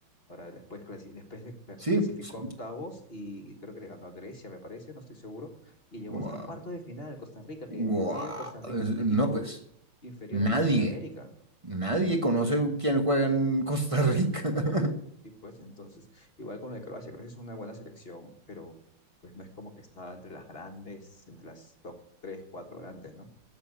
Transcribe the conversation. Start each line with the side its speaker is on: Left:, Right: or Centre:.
Left: Ahora, después, clasi- después de- cla-
Right: Sí,
Left: clasificó
Right: s-
Left: a octavos y creo que le ganó a Grecia, me parece, no estoy seguro, y llegó
Right: Guau,
Left: hasta cuarto de final, Costa Rica, que
Right: guau.
Left: en teoría Costa Rica
Right: Es-
Left: es un equipo
Right: No, pues
Left: inferior
Right: nadie,
Left: a los de Sudamérica,
Right: nadie
Left: ¿no?
Right: conoce quién juega en Costa Rica. <laughs>
Left: Y pues, entonces, igual con lo de Croacia, Croacia es una buena selección, pero pues no es como que está entre las grandes, entre las top tres, cuatro grandes, ¿no?